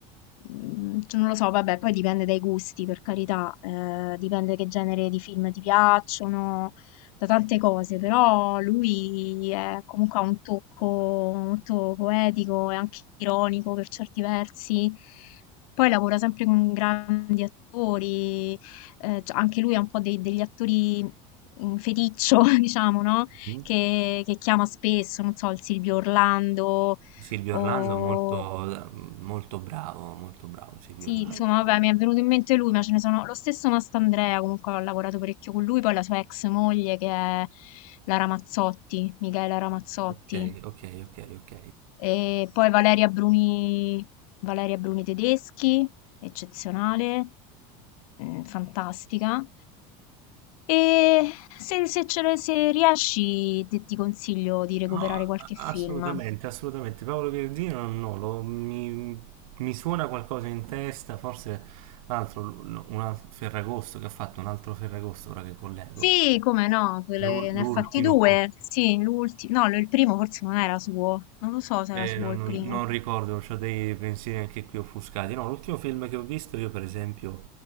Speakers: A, on the left; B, on the right.
A: mhmm, cioè non lo so, vabbè, poi dipende dai gusti, per carità, ehm, dipende che genere di film ti piacciono, da tante cose, però lui è comunque ha un tocco molto poetico e anche ironico per certi versi. Poi lavora sempre con grandi attori ehm, c anche lui è un po' dei degli attori, mhmm, feticcio <laughs> diciamo, no,
B: Mhm.
A: che che chiama spesso, non so, il Silvio Orlando Sì.
B: Silvio
A: o
B: Orlando è molto, molto bravo, molto bravo Silvio
A: sì,
B: Orlando.
A: insomma vabbè mi è venuto in mente lui, ma ce ne sono lo stesso Mastandrea comunque ho lavorato parecchio con lui, poi la sua ex moglie che è la Ramazzotti, Michaela Ramazzotti.
B: Ok, ok, ok, ok.
A: E poi Valeria Bruni, Valeria Bruni Tedeschi, eccezionale, mm, fantastica. E se, se ce le- se riesci, te- ti consiglio di recuperare
B: No,
A: qualche
B: assolutamente,
A: film.
B: assolutamente. Paolo Verdino no, lo- mi, mi suona qualcosa in testa, forse l'altro, no, un altro Ferragosto che ha fatto un altro Ferragosto ora che collego.
A: Sì, come no, quelle-
B: L'u- L'ultimo,
A: ne ha fatti due. Sì, l'ultimo, no, il primo forse non era suo, non lo so se
B: Eh,
A: era suo
B: non,
A: il
B: non-
A: primo.
B: non ricordo, ho dei pensieri anche qui offuscati. No, l'ultimo film che ho visto io, per esempio,